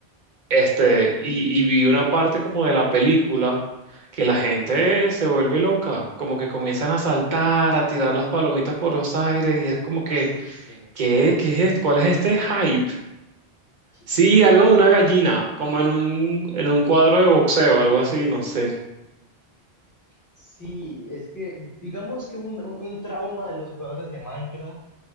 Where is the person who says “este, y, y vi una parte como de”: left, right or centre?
Right